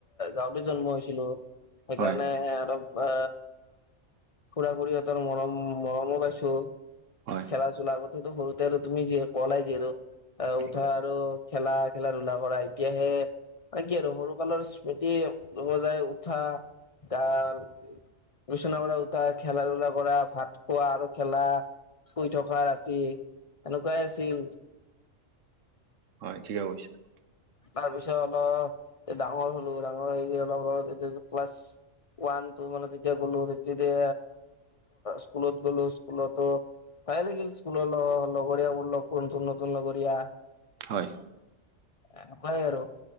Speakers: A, on the left (about 45°); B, on the right (about 75°).
A: গাওঁতে জন্ম হৈ ছিলো সেইকাৰণে
B: হয়
A: আৰু বা খুৰা খুুৰীহঁতৰ মৰম মৰমো পাইছো।
B: হয়
A: খেলা চলা আগতেতো সৰুতে আৰু তুমি যে ক'লাই যিহেতু আহ উঠা
B: হয়
A: আৰু খেলা খেলা ধূলা কৰা, এতিয়াহে ন কি আৰু সৰু কালৰ স্মৃতি লগোৱা যায় উঠা তাৰ বিচনা পৰা উঠা খেলা ধূলা কৰা ভাত খোৱা আৰু খেলা শুই থকা ৰাতি এনেকুৱাই আছিল।
B: হয় ঠিকে কৈছা।
A: তাৰ পিছত অলপ ডাঙৰ হ'লো, ডাঙৰ হৈ অলপ অ' এতিয়া ক্লাছ ওৱান টু মানে তেতিয়া গ'লো তেতিয়া স্কুলত গ'লো। স্কুলতো পাই লাগিল স্কুলৰ ল ল লগৰিয়া বুলা কোনতো নতুন ল লগৰিয়া।
B: হয়।
A: এনেকুৱাই আৰু।